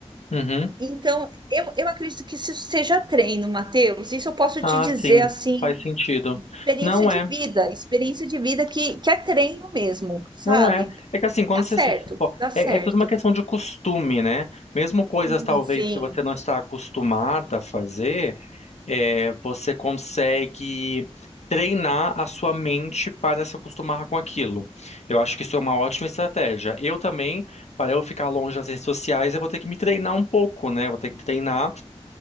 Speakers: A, on the left; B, on the right.
A: Uhum.
B: Então, eu, eu acredito que isso seja treino, Matheus. Isso eu posso
A: Ah,
B: te dizer
A: sim,
B: assim,
A: faz sentido.
B: experiência
A: Não
B: de
A: é,
B: vida, experiência de vida que, que é treino mesmo, sabe?
A: não é. É que assim, quando
B: Dá
A: você
B: certo,
A: se esfo-
B: dá certo.
A: é, é tudo uma questão de costume, né? Mesmo coisas
B: Sim,
A: talvez
B: sim,
A: que você não está acostumada a fazer. É, você consegue treinar a sua mente para se acostumar com aquilo. Eu acho que isso é uma ótima estratégia. Eu também, para eu ficar longe das redes sociais, eu vou ter que me treinar um pouco, né? Eu vou ter que treinar,